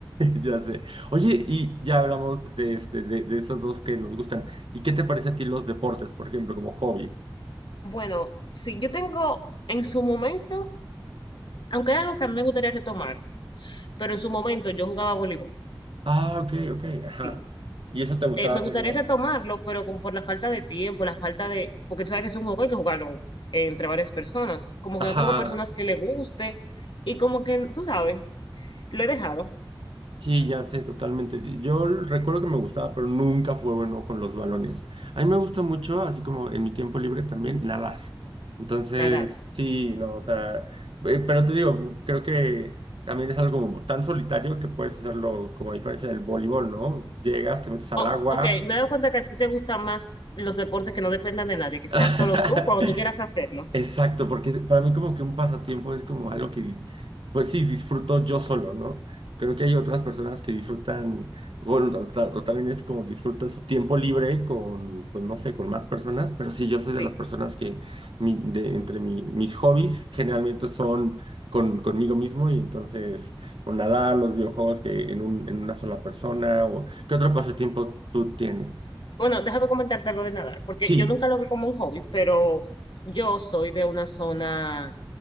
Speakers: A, on the right; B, on the left.
A: Ya sé. Oye, y ya hablamos de, este, de, de esas dos que nos gustan. ¿Y qué te parece a ti los deportes, por ejemplo, como hobby?
B: Bueno, sí, yo tengo en su momento, aunque es algo que a mí me gustaría retomar, pero en su momento yo jugaba voleibol,
A: Ah, ok, ok, ajá.
B: sí.
A: Y eso te gustaba
B: eh, me
A: hacer
B: gustaría
A: como...
B: retomarlo, pero como por la falta de tiempo, la falta de, porque tú sabes que es un juego que hay que jugarlo eh, entre varias personas. Como
A: Ajá.
B: que no tengo personas que le guste y como que, tú sabes, lo he dejado
A: Sí, ya sé, totalmente. sí. Yo recuerdo que me gustaba, pero nunca fue bueno con los balones. A mí me gusta mucho, así como en mi tiempo libre también, nadar. Entonces,
B: nadar.
A: sí, no, o sea, eh, pero te digo, creo que también es algo como tan solitario que puedes hacerlo como a diferencia del voleibol, ¿no? Llegas, te metes al
B: Oh,
A: agua.
B: ok, me he dado cuenta que a ti te gustan más los deportes que no dependan de nadie, que
A: <laughs>
B: sea solo tú cuando tú quieras hacerlo.
A: Exacto, porque es- para mí como que un pasatiempo es como algo que, di- pues sí, disfruto yo solo, ¿no? Creo que hay otras personas que disfrutan, bueno, o, ta- o también es como disfrutan su tiempo libre con, pues no sé, con más personas, pero sí, yo soy de
B: Sí.
A: las personas que mi- de, entre mi- mis hobbies generalmente son con, conmigo mismo y entonces o nadar, los videojuegos que en un, en una sola persona o ¿qué otro pasatiempo tú tienes?
B: Bueno, déjame comentarte algo de nadar, porque
A: Sí,
B: yo nunca lo vi como un hobby, pero yo soy de una zona